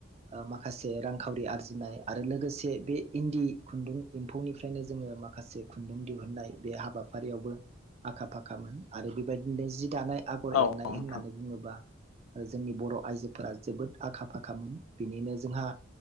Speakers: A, on the right; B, on the left.
A: ओ माखासे रांखावरि आरजिनाय आरो लोगोसे बे इन्दि खुन्दुं इम्फौनिफ्रायनो जोङो माखासे खुन्दुं दिहुनन्नाय बे हाबाफारियावबो आखा-फाखामोन आरो बेबायदिनो जि दानाय आगर
B: औ
A: एरनाय
B: औ नोंथां
A: होननानै बुङोबा ओ जोंनि बर' आइजोफोरा जोबोद आखा फाखामोन बिनिनो जोंहा